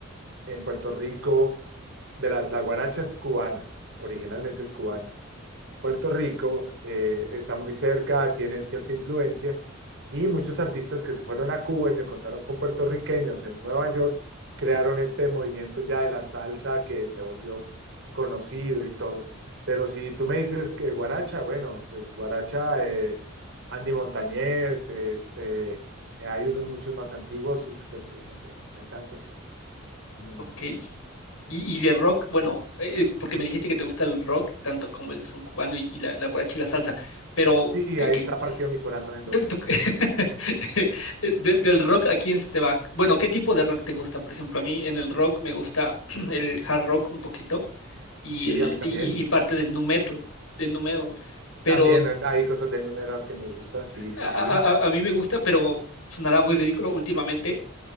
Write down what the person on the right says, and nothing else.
en Puerto Rico Verás, la guaracha es cubana, originalmente es cubana. Puerto Rico eh, está muy cerca, tiene cierta influencia y muchos artistas que se fueron a Cuba y se encontraron con puertorriqueños en Nueva York crearon este movimiento ya de la salsa que se volvió conocido y todo. Pero si tú me dices que guaracha, bueno, pues guaracha, eh, Andy Montañez, este, eh, hay unos muchos más antiguos, usted, pues no sé, hay tantos. Mm.
Sí,
ahí
está partido mi corazón en dos.
Sí,
a mí también.
También en- hay cosas del numeral que me gusta, sí, sí,
sí.